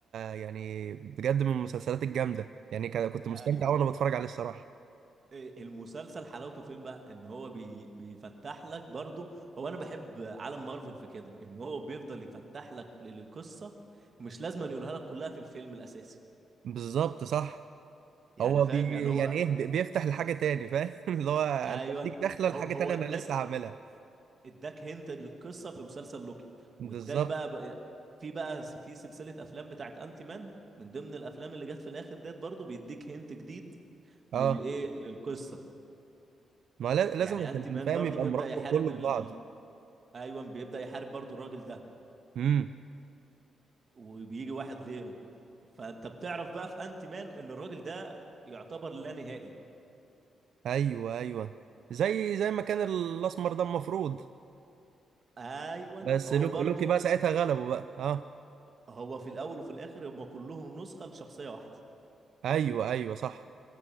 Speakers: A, on the right (about 65°); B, on the right (about 35°).
A: يعني بجد من المسلسلات الجامدة يعني كان- كنت مستمتع
B: آه، ايوه
A: وانا بتفرج عليه الصراحة
B: المسلسل حلاوته فين بقى ان هو بي... بيفتح لك برضو هو انا بحب عالم مارفل في كده ان هو بيفضل يفتح لك لل- القصه مش لازم أن يقولها لك كلها في الفيلم الاساسي
A: بالظبط صح
B: يعني
A: هو
B: فاهم
A: بي
B: يعني هو
A: يعني ايه بي- بيفتح لحاجة تاني فاهم <laughs> اللي هو انا
B: ايوه
A: بديك داخلة
B: هو
A: لحاجة
B: هو
A: تانية
B: اداك
A: انا لسه هعملها
B: اداك هنت للقصه في مسلسل لوكي
A: بالظبط
B: واداك بقى, بقى في بقى س- في سلسله افلام بتاعت انتي مان من ضمن الافلام اللي جت في الاخر ديت برضو بيديك هنت جديد
A: اه
B: للايه للقصه
A: ما لا- لازم
B: يعني
A: عشان
B: انتي مان
A: فاهم
B: برضو
A: يبقى
B: بيبدا
A: مربط
B: يحارب
A: كله
B: ال...
A: ببعض
B: ايوه بيبدا يحارب برضو الراجل ده
A: امم
B: وبيجي واحد غيره فانت بتعرف بقى في انت مان ان الراجل ده يعتبر لا نهائي
A: ايوه ايوه زي زي ما كان الاسمر ده المفروض
B: ايوه
A: بس
B: هو
A: لوك
B: برضو
A: لوكي بقى ساعتها غلبه بقى اه
B: هو في الاول وفي الاخر هم كلهم نسخه لشخصيه واحده
A: ايوه ايوه صح